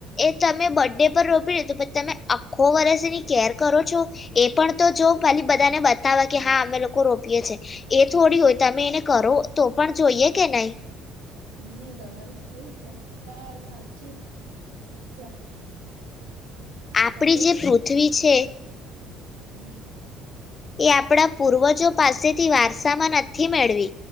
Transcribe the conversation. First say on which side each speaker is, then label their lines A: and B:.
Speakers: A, on the left (about 35°); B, on the right (about 75°).
A: એ તમે બ ડે પર રોપી લીધું, પછ તમે આખો વર્ષ એની કેર કરો છો? એ પણ તો જો. ખાલી બધાને બતાવે કે હા અમે લોકો રોપીએ છે. એ થોડી હોય તમે એને કરો તો પણ જોઈએ કે નહી.
B: હમ્મ, તમારી સૌ સતા સાચી વાત છે.
A: આપડી
B: હવે
A: જે પૃથ્વી છે
B: હમ્મ.
A: એ આપણા પૂર્વજો પાસેથી વારસામાં નથી મેળવી.